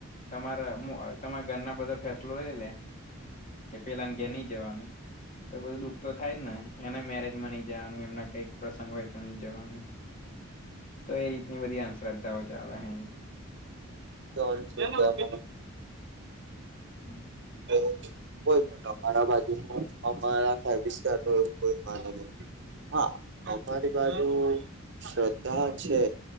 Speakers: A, on the left; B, on the right.
A: તમારા તમારા ઘરના બધા ફેસલો લઈ લે. કે પેલાને ઘેર નઈ જવાનું તો બધું દુઃખ તો થાય જ ને અને મેરેજમાં નઈ જાવાનું, એમના કાંઈક પ્રસંગ હોય તો નઈ જવાનું. તો એ રીતની બધી અંધશ્રદ્ધાઓ ચાલે અહીં
B: તો અંધશ્રદ્ધામાં <inaudible>
A: હમ
B: તો કોઈ પણ અમારા બાજુનું અમારા ફાઈવ સ્ટારનું એવું કોઈ માને નહીં. હા અમારી બાજુ શ્રદ્ધા છે.